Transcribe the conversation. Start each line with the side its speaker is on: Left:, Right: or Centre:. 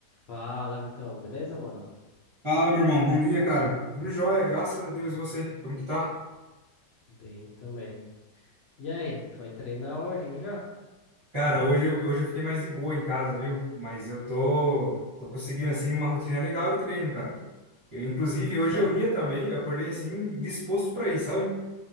Left: Fala, Vitão, beleza, mano?
Right: Fala, meu irmão. Bom dia, cara. Tudo jóia, graças a Deus. E você? Como que tá?
Left: Bem também. E aí, foi treinar hoje já?
Right: Cara, hoje eu, hoje eu fiquei mais de boa em casa, viu? Mas eu tô, tô conseguindo, assim, uma rotina legal de treino, cara. Eu, inclusive, hoje
Left: Sério?
Right: eu ia também. Eu acordei, assim, disposto pra ir, sabe?